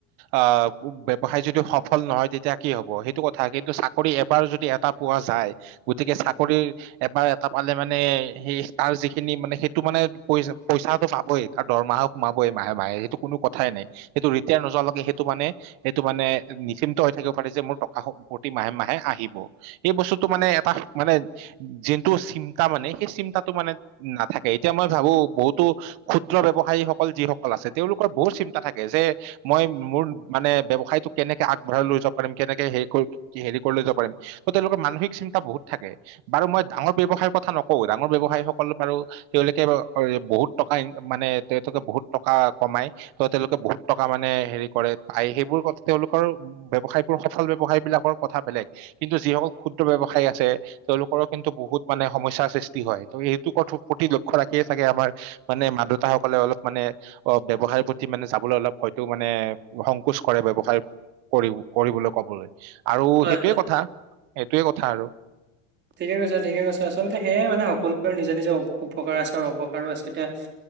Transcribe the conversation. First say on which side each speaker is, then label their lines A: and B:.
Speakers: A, on the right; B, on the right.
A: আঁ ব্যৱসায় যদি সফল নহয় তেতিয়া কি হ'ব। সেইটো কথা কিন্তু চাকৰি এবাৰ যদি এটা পোৱা যায়, গতিকে চাকৰিৰ এবাৰ এটা পালে মানে সেই-সেই তাৰ যিখিনি মানে সেইটো মানে পইচ্‌ পইচাটো পাবই। তাৰ দৰমহাও সোমাব্‌ বই মাহে মাহে সেইটো কোনো কথাই নাই। সেইটো ৰিটায়াৰ নোযোৱালৈকে সেইটো মানে সেইটো মানে নিশ্চিত হৈ থাকিব পাৰে যে মোৰ টকা প্ৰতি মাহে মাহে আহিব। এই বস্তুটো মানে এটা মানে যিটো চিন্তা মানে সেই চিন্তাটো মানে নাথাকে। এতিয়া মই ভাৱো বহুতো ক্ষুদ্ৰ ব্যৱসায়ীসকল যিসকল আছে তেওঁলোকৰ বহুত চিন্তা থাকে যে মই মোৰ মানে ব্যৱসায়টোক কেনেকে আগবঢ়াই লৈ যাব পাৰিম, কেনেকে হেৰি কৰি -হেৰি কৰি লৈ যাব পাৰিম। ত' তেওঁলোকৰ মানসিক চিন্তা বহুত থাকে। বাৰু মই ডাঙৰ ব্যৱসায়ৰ কথা নকওঁ, ডাঙৰ ব্যৱসায়ীসকল বাৰু তেওঁলোকে ব্‌ বহুত টকা ইন্‌ মানে তোকে বহুত টকা কমাই। ত' তেওঁলোকে বহুত টকা মানে হেৰি কৰে, পায় সেইবোৰ কথা তেওঁলোকৰ ব্যৱসায়বোৰ, সফল ব্যৱসায় বিলাকৰ কথা বেলেগ কিন্তু যিসকল ক্ষুদ্ৰ ব্যৱসায় আছে তেওঁলোকৰো কিন্তু বহুত মানে সমস্যাৰ সৃষ্টি হয়। ত' এইটো কথো প্ৰতি লক্ষ্য ৰাখিয়ে চাগে আমাৰ মানে মা-দেউতাসকলে অলপ মানে অঁ- ব্যৱসায়ৰ প্ৰতি মানে যাবলৈ অলপ হয়তো মানে সংকোচ কৰে। ব্যৱসায় কৰিব কৰিবলৈ ক'বলৈ আৰু
B: হয়,
A: সেইটোৱে
B: হয়।
A: কথা, সেইটোৱে কথা আৰু।
B: ঠিকে কৈছে, ঠিকে কৈছে আচলতে সেয়ে মানে সকলোৰে নিজৰ নিজৰ উপ্‌ উপকাৰ আছে আৰু অপকাৰো আছে। এতিয়া